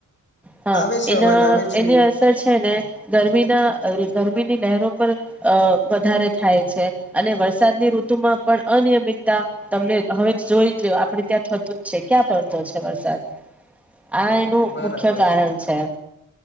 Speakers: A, in the centre; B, on the left.
A: હા
B: આવે છે
A: એના
B: અવાજ આવે છે
A: એની અસર છે, ને ગરમી ના ગરમીની લહેરો પર અ વધારે થાય છે, અને વરસાદની ઋતુમાં પણ અનિયમિતતા તમને હવે જોઈ લો આપણે ત્યાં થતું જ છે, ક્યાં પડતો છે, વરસાદ આ એનું
B: બરાબર
A: મુખ્ય કારણ
B: બરાબર
A: છે.